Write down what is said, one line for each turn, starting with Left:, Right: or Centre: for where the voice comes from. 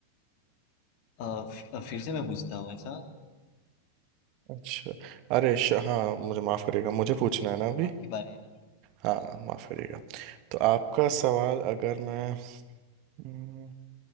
Left: अ, फि- अ, फिर से मैं पूछता हूँ ऐसा
Right: अच्छा अरे श, हाँ मुझे माफ करिएगा मुझे पूछना है ना अभी
Left: आपकी बारी है ना
Right: हाँ
Left: हाँ
Right: माफ करिएगा तो आपका सवाल अगर मैं हम्म,